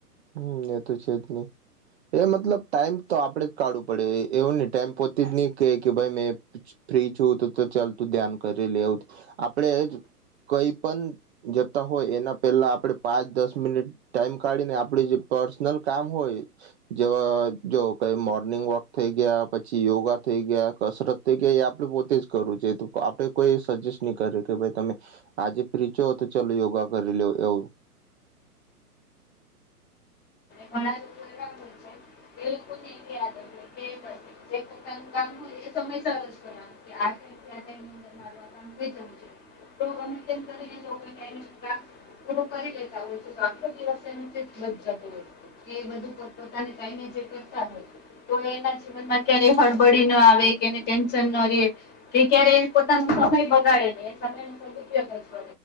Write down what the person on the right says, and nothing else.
હમમ એ તો છે જ ને. એ મતલબ ટાઈમ તો આપડે જ કાઢવું પડે, એવું ની ટાઈમ પોતે જ ની કે કે ભાઈ મેં ફ્રી છુ તો તો ચાલતું ધ્યાન કરે લેતુ આપડે જ કઈ પણ જતા હોય એના પહેલા આપડે પાંચ, દસ મિનિટ ટાઈમ કાઢીને આપ આપડે જે પર્સનલ કામ હોય જ જો કઈ મોર્નિંગ વોક થઈ ગયા, પછી યોગા થઈ ગયા કસરત તે કે આપડે પોતે જ કરવું જો આપણેે કોઈ સજેસ્ટ ની કરે કે ભાઈ તમે આજે ફ્રી છો તો ચલો યોગા કરી લેવ એવું.